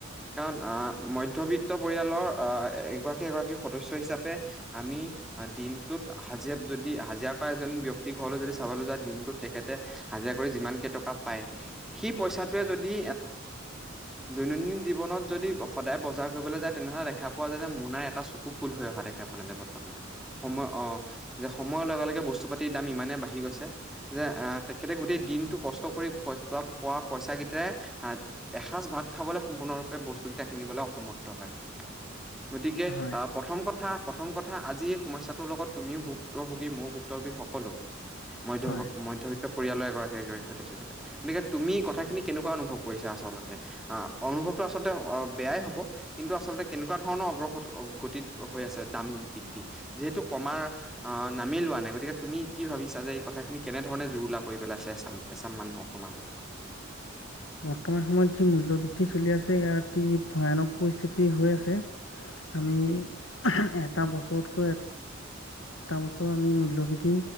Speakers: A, in the centre; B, on the left.
A: কাৰণ আহ মধ্যবিত্ত পৰিয়ালৰ আহ এগৰাকী এগৰাকী সদস্য হিচাপে আমি দিনটোত হাজোব যদি হাজিৰা থকা এজন ব্যক্তি ঘৰলৈ যদি চাবলৈ যোৱা দিনটোত তেখেতে হাজিৰা কৰি যিমানকেইটকা পায়, সেই পইচা যদি দৈনন্দিন জীৱনত যদি সদায় বজাৰ কৰিবলৈ যায় তেনেহ'লে কোৱা য যে মোনাই এটা চকু ফুল হৈ অহা দোকে আপোনে যে বৰ্তমান সময়ত সময় অ', যে সময়ৰ লগে লগে বস্তু বস্তু পাতিৰ দাম ইমানে বাঢ়ি গৈছে, যে তেখেতে গোটেই দিনতো কষ্ট কৰি পই পোৱা পইচাকিটাই এসাঁজ ভাত খাবলে সম্পূৰ্ণৰূপে বস্তু কেইটা কিনিবলৈ অসমৰ্থ হয়। গতিকে
B: হয়
A: আহ প্ৰথম কথা প্ৰথম কথা আজি এই সমস্যাটোৰ লগত তুমিও ভুক্তভোগী ময়ো ভুক্তভোগী সকলো মধ্য
B: হয়
A: মধ্যবিত্ত পৰিয়ালৰ এগৰাকী সদস্য হিচাপে, গতিকে তুমি কথাখিনি কেনেকুৱা অনুভৱ কৰিছা আচলতে? আহ অনুভৱটো আচলতে অ', বেয়াই হ'ব, কিন্তু আচলতে কেনেকুৱাধৰণৰ অগ্ৰগতিত হৈ আছে দাম বৃদ্ধি, যিহেতু কমাৰ আহ নামেই হোৱা নাই, গতিকে তুমি কি ভাবিছা যে এই কথাখিনি কেনেধৰণে জুৰুলা কৰি পেলাইছে এচাম এচাম মানুহক সমাজত <inaudible>
B: বৰ্তমান সময়ত যি মূল্য বৃদ্ধি চলি আছে এয়া অতি ভয়ানক পৰিস্থিতি হৈ আছে আমি এটা বছৰতকৈ টা বছৰ আমি মূল্যবৃদ্ধি